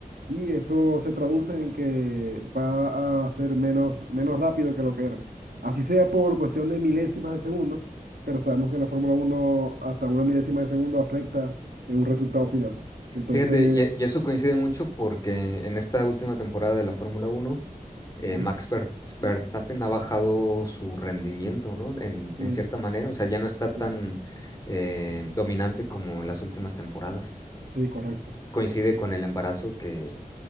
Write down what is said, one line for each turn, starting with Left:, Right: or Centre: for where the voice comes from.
Right: y eso se traduce en que va a ser menos, menos rápido que lo que era. Así sea por cuestión de milésimas de segundo, pero sabemos que en la Fórmula uno hasta una milésima de segundo afecta en un resultado final. Entonces,
Left: Fíjate, y, e, y eso coincide mucho porque en esta última temporada de la Fórmula Uno, eh,
Right: Ujú.
Left: Max Ver- Verstappen ha bajado su rendimiento, ¿no? En,
Right: sí,
Left: en cierta manera, o sea, ya no está
Right: sí,
Left: tan eh, dominante como las últimas temporadas.
Right: sí, correcto.
Left: Coincide con el embarazo que,